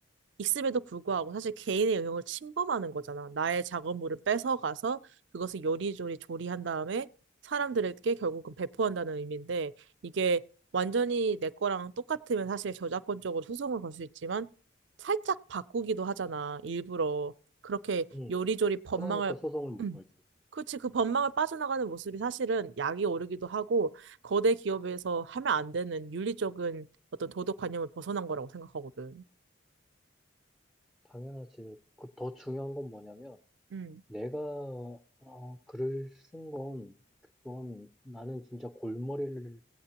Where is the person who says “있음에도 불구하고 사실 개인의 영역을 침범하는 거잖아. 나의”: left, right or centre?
Right